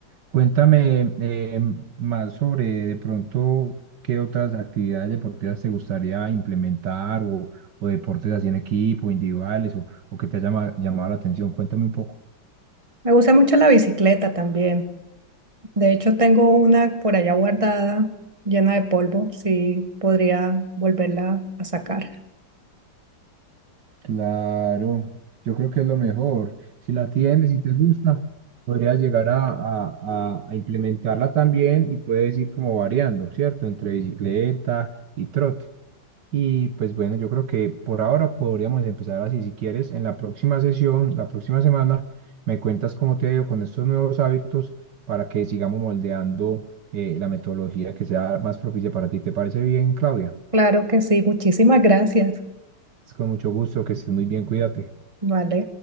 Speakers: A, on the right (about 65°); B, on the right (about 15°).
A: Cuéntame eh, más sobre de pronto qué otras actividades deportivas te gustaría implementar o, o deportes así en equipo, individuales o, o que te haya llama- llamado la atención. Cuéntame un poco.
B: Me gusta mucho la bicicleta también. De hecho, tengo una por allá guardada, llena de polvo. Sí, podría volverla a sacar.
A: Claro, yo creo que es lo mejor. Si la tienes y te gusta, podrías llegar a, a- a- a implementarla también y puedes ir como variando, ¿cierto? Entre bicicleta y trote. Y pues bueno, yo creo que por ahora podríamos empezar así. Si quieres, en la próxima sesión, la próxima semana, me cuentas cómo te ha ido con estos nuevos hábitos para que sigamos moldeando eh, la metodología que sea más propicia para ti. ¿Te parece bien, Claudia?
B: Claro que sí. Muchísimas gracias.
A: Es con mucho gusto, que estés muy bien, cuídate.
B: Vale.